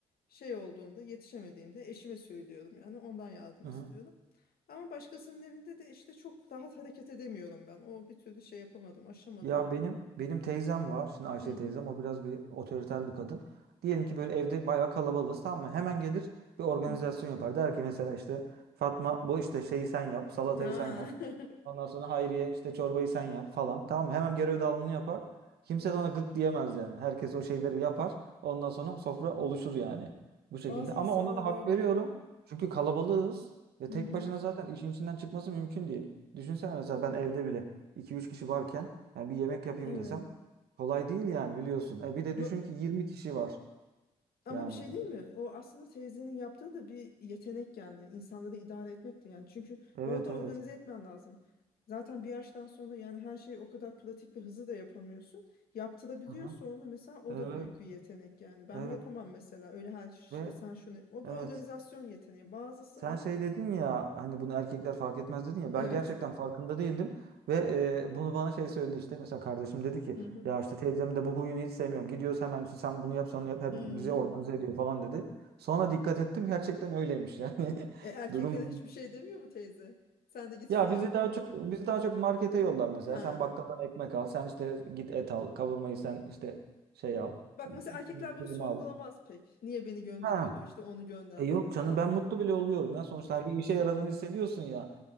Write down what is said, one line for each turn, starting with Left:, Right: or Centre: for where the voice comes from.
Left: şey olduğunda yetişemediğimde eşime söylüyorum yani ondan yardım
Right: Hı
Left: istiyorum.
Right: hı.
Left: Ama başkasının evinde de işte çok rahat hareket edemiyorum ben. O bir türlü şey yapamadım, aşamadım.
Right: Ya benim benim teyzem var. Şimdi Ayşe
Left: Hı hı.
Right: teyzem o biraz bir otoriter bir kadın. Diyelim ki böyle evde bayağı kalabalığız tamam mı? Hemen gelir bir organizasyon
Left: Hı hı.
Right: yapar. Der ki mesela işte Fatma bu işte şeyi sen yap, salatayı
Left: Ha.
Right: sen yap.
Left: <laughs>
Right: Ondan sonra Hayriye işte çorbayı sen yap falan. Tamam mı? Hemen görev dağılımını yapar. Kimse de ona gık diyemez yani. Herkes o şeyleri yapar. Ondan sonra sofra oluşur yani. Bu şekilde.
Left: Bazı
Right: Ama
Left: insanlar
Right: ona da hak
Left: öyle
Right: veriyorum.
Left: ya.
Right: Çünkü kalabalığız. Ve
Left: Hı
Right: tek
Left: hı.
Right: başına zaten işin içinden çıkması mümkün değil. Düşünsene mesela ben evde bile iki üç kişi varken yani bir yemek yapayım
Left: Evet.
Right: desem kolay değil yani biliyorsun. E bir de
Left: Yo
Right: düşün ki yirmi kişi var
Left: Ama
Right: yani.
Left: bir şey değil mi? O aslında teyzenin yaptığı da bir yetenek yani. İnsanları idare etmekti yani. Çünkü
Right: Evet
Left: orada
Right: evet.
Left: organize etmen lazım. Zaten bir yaştan sonra yani her şeyi o kadar pratik ve hızlı da yapamıyorsun. Yaptırabiliyorsa
Right: Aha.
Left: onu mesela o
Right: Evet
Left: da büyük bir yetenek yani. Ben
Right: evet
Left: yapamam mesela öyle her işte
Right: ve
Left: sen şunu. O
Right: evet.
Left: bir organizasyon yeteneği. Bazısı
Right: Sen
Left: onu
Right: şey dedin ya hani bunu erkekler fark etmez dedin ya
Left: evet.
Right: ben gerçekten farkında değildim ve e, bunu bana şey söyledi işte mesela kardeşim dedi ki
Left: Hı hı.
Right: ya işte teyzemin de bu huyunu hiç sevmiyorum gidiyoruz hemen işte sen bunu yap sen onu yap hep
Left: Hmm.
Right: bizi organize ediyor falan dedi. Sonra dikkat ettim gerçekten öyleymiş yani <laughs>
Left: E, erkeklere
Right: durum.
Left: hiçbir şey demiyor mu teyze? Sen de git
Right: Ya
Left: şunu yap
Right: bizi daha
Left: bunu.
Right: çok bizi daha çok markete yollar mesela
Left: Ha.
Right: sen bakkaldan ekmek al sen işte git et al kavurmayı sen işte şey al
Left: Bak mesela erkekler bunu
Right: kıyma
Left: sorgulamaz
Right: al.
Left: pek. Niye beni gönderiyordu
Right: Ha.
Left: işte onu göndermedi
Right: E yok
Left: falan.
Right: canım ben mutlu bile oluyorum ya sonuçta bir işe yaradığını hissediyorsun ya